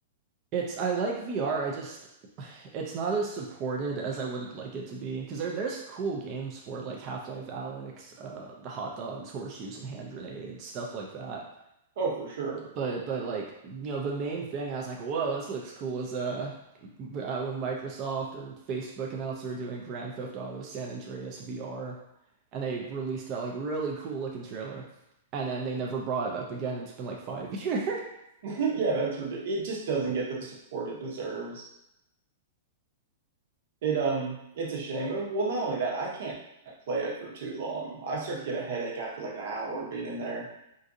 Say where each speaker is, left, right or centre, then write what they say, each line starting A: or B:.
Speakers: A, on the right; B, on the right.
A: It's I like VR. I just It's not as supported as I would like it to be because there there's cool games for like Half-Life Alyx, uh, the hot dogs, horseshoes, and hand grenades, stuff like that.
B: Oh, for sure.
A: But but like you know the main thing I was like, whoa, this looks cool is uh, uh when Microsoft or Facebook announced they were doing Grand Theft Auto San Andreas VR, and they released that like really cool looking trailer, and then they never brought it up again. It's been like five <laughs> years.
B: <laughs> Yeah, that's ridiculous. It just doesn't get the support it deserves. It um, it's a shame. Uh, Well, not only that, I can't play it for too long. I start to get a headache after like an hour of being in there.